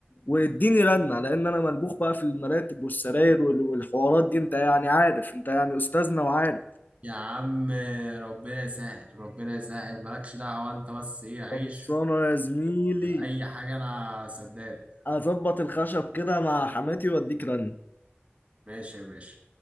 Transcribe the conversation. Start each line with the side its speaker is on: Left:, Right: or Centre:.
Left: واديني رنة لان انا ملبوخ بقى في المراتب والسراير وال- والحوارات دي انت يعني عارف انت يعني استاذنا وعارف
Right: يا عم ربنا يسهل ربنا يسهل مالكش دعوة انت بس ايه عيش
Left: خلصانه يا زميلي
Right: واي حاجة انا سداد
Left: اظبط الخشب كده مع حماتي واديك رنة
Right: ماشي يا باشا